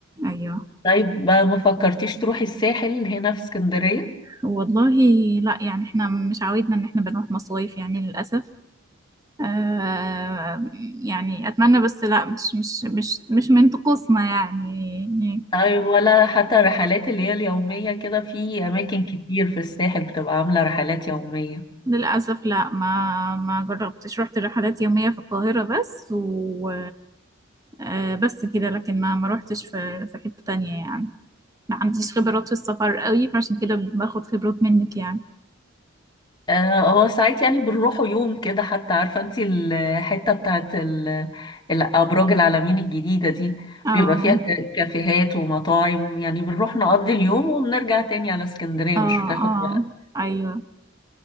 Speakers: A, on the right; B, on the left.
A: ايوه
B: طيب ما ما فكرتيش تروحي الساحل هنا في اسكندرية
A: والله لا يعني احنا مش عودنا ان احنا بنروح مصايف يعني للأسف آه يعني اتمنى بس لا مش مش مش مش من طقوسنا يعني
B: طيب ولا حتى الرحلات اللي هي اليومية كده في أماكن كتير في الساحل بتبقى عاملة رحلات يومية
A: للأسف لا ما ما جربتش رحت رحلات يومية في القاهرة بس و آه، بس كده لكن ما ما روحتش في في حتة تانية يعني ما عنديش خبرات في السفر قوي فعشان كده باخد خبرات منك يعني
B: آه، هو ساعات يعني بنروحوا يوم كده حتى عارفة انتي الحتة بتاعت ال- الأبراج العلمين الجديدة دي
A: اه
B: بيبقى فيها ك- كافيهات ومطاعم يعني بنروح نقضي اليوم وبنرجع تاني على اسكندرية
A: اه
B: مش بتاخد
A: اه
B: وقت
A: ايوه